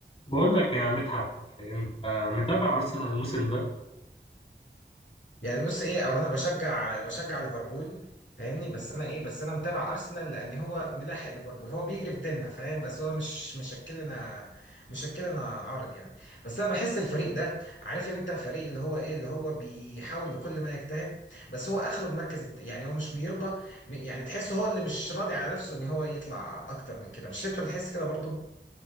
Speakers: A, on the left (about 35°); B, on the left (about 85°).
A: بقول لك يا مدحت انت متابع ارسنال الموسم ده
B: يعني بص ايه او انا بشجع بشجع ليفربول فاهمني بس انا ايه بس انا متابع ارسنال لان هو ملاحق ليفربول هو بيجري في ديلنا فاهم بس هو مش مشكلنا مشكلنا عارض يعني بس انا بحس الفريق ده عارف انت فريق اللي هو ايه اللي هو بيحاول بكل ما يجتهد بس هو اخره المركز الت- يعني هو مش بيرضى يعني تحسه هو اللي مش راضي على نفسه ان هو يطلع اكتر من كده مش انت بتحس كده برضه